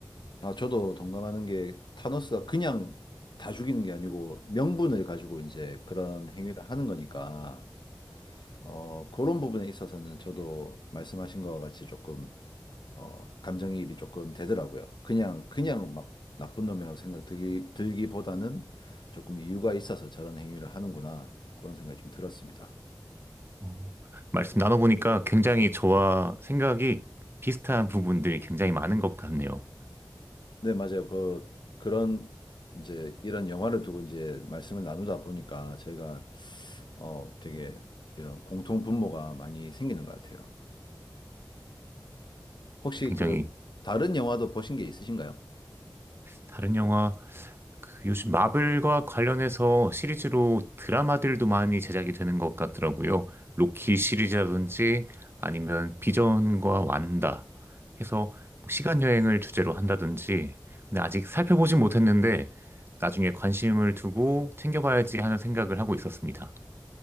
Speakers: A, on the left; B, on the right.
A: 아, 저도 동감하는 게 타노스가 그냥 다 죽이는 게 아니고 명분을 가지고 이제 그런 행위를 하는 거니까 어, 그런 부분에 있어서는 저도 말씀하신 거와 같이 조금 어, 감정이입이 조금 되더라고요. 그냥 그냥 막 나쁜 놈이라고 생각 들기, 들기보다는 조금 이유가 있어서 저런 행위를 하는구나 그런 생각이 좀 들었습니다.
B: 어, 말씀 나눠보니까 굉장히 저와 생각이 비슷한 부분들이 굉장히 많은 것 같네요.
A: 네, 맞아요. 그 그런 이제 이런 영화를 두고 이제 말씀을 나누다 보니까 저희가 어, 되게 이런 공통 분모가 많이 생기는 것 같아요. 혹시
B: 굉장히
A: 그 다른 영화도 보신 게 있으신가요?
B: 다른 영화, 그 요즘 마블과 관련해서 시리즈로 드라마들도 많이 제작이 되는 것 같더라고요. 로키 시리즈라든지 아니면 비전과 완다 해서 뭐 시간 여행을 주제로 한다든지. 근데 아직 살펴보진 못했는데 나중에 관심을 두고 챙겨봐야지 하는 생각을 하고 있었습니다.